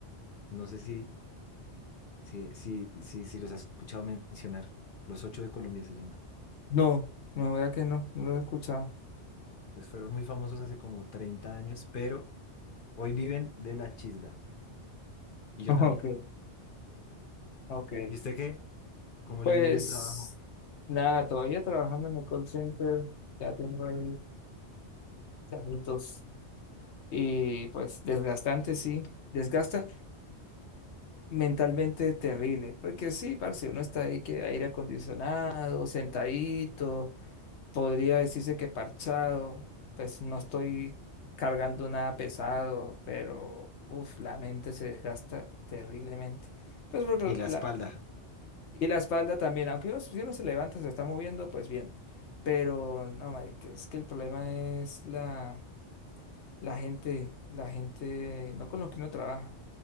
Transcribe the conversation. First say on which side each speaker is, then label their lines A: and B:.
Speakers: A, on the left; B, on the left.
A: No sé si, si, si, si, si los has escuchado mencionar. Los Ocho de Colombia se llaman.
B: No, no, vea que no, no lo he escuchado.
A: Pues fueron muy famosos hace como 30 años, pero hoy viven de la chisga. Y yo
B: <laughs>
A: también.
B: Ok, ok.
A: ¿Y usted qué? ¿Cómo
B: Pues
A: le ha ido en el trabajo?
B: nada, todavía trabajando en el call center, ya tengo ahí mis añitos y pues desgastante, sí, desgasta mentalmente terrible, porque sí, parce, uno está ahí que aire acondicionado, sentadito, podría decirse que parchado, pues no estoy cargando nada pesado, pero uff, la mente se desgasta terriblemente. Pues porque
A: Y la espalda.
B: la, Y la espalda también, aunque uno, si uno se levanta, se está moviendo, pues bien. Pero no, marica, es que el problema es la, la gente, la gente, no con lo que uno trabaja,